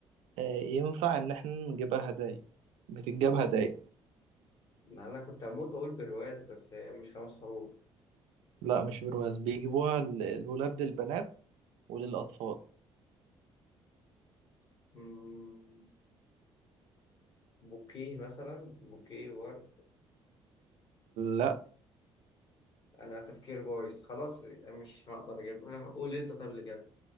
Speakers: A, on the right; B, on the left.
A: آه ينفع ان احنا نجيبها هدايا بتتجاب هدايا
B: ما أنا كنت هموت وأقول برواز بس هي مش خمس حروف
A: لا مش برواز بيجيبوها ال- الولاد للبنات وللاطفال
B: مم. بوكيه مثلا بوكيه ورد
A: لا
B: انا تفكير بايظ خلاص مش هقدر اجيبها قول انت طب اللي جاب